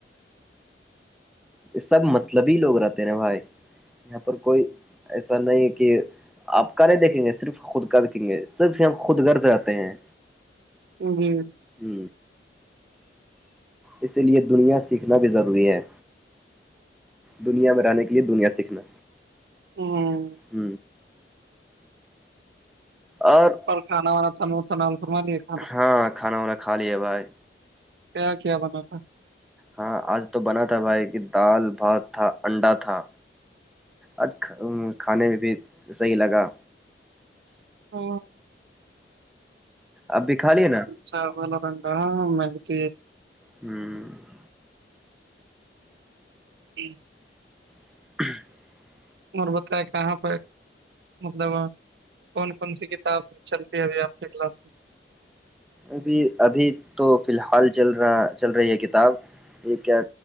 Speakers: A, in the centre; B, on the right.
A: یہ سب مطلبی لوگ رہتے نا بھائی یہاں پر کوئی ایسا نہیں کہ آپ کے دیکھیں گے صرف خود کا دیکھیں گے صرف ہی ہم خود گرد رہتے ہیں
B: ج جی
A: ہ اسی لیے دنیا سیکھنا بھی ضروری ہے دنیا میں رہنے کے لیے دنیا سیکھنا
B: ہوں
A: ہ اور
B: اور کھا وانا تھانوانا س
A: ہاں کھانا وانا کھا لیا بھائی
B: کیا کیا بنا تھا
A: ہاں آج تو بنا تھا بھائی کی دال بھات تھا انڈا تھا اج کھانے میں بھی صحیح لگا
B: ہ
A: اب بھی کھا ل ہے نا
B: چاغول پڈا میدک
A: ہوں
B: جی
A: <inaudible>
B: اور بتائے کہاں پہ مطلب کون کون سی کتاب چلتی ہے ابھی آپ کی کلاس میں
A: ابھی ابھی تو فی الحال چل رہا چل رہی ہے کتاب یہ کیا